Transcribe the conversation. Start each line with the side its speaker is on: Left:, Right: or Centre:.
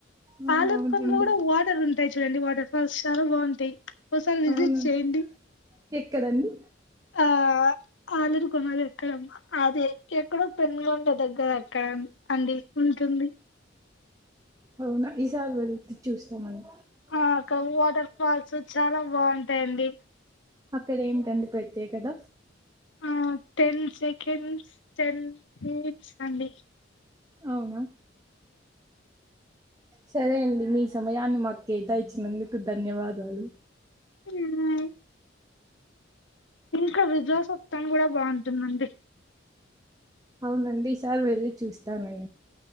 Right: ఆ!
Left: ఆలూరుకోనలో
Right: అవునండి
Left: కూడా వాటర్ ఉంటాయి చూడండి వాటర్ వర్షాలు బాగుంటాయి ఒకసారి విజిట్
Right: అవునండి
Left: చేయండి
Right: ఎక్కడండి
Left: ఆ ఆలురు కొనాల ఎక్కడమ్మా అదే ఎక్కడో పెనుకొండ దగ్గర అక్కరం అండి ఉంటుంది
Right: అవునా ఈ సారీ వెళ్తే చూస్తాం మండి
Left: ఆ అక్కడ వాటర్ ఫాల్స్ చాలా బాగుంటాయండి
Right: అక్కడ ఏమిటి అండి ప్రత్యేకత
Left: ఆ టెన్ సెకండ్స్ టెన్ పిప్ సండి
Right: అవునా సరే అండి మీ సమయాన్ని మాకు కేటాయిచ్చినందుకు ధన్యవాదాలు
Left: ఇరువై ఇంకా విదురాసెత్తంన్ కూడా బాగుంటుందండి
Right: అవునండి ఈ సార్ వెళ్ళి చూస్త తనై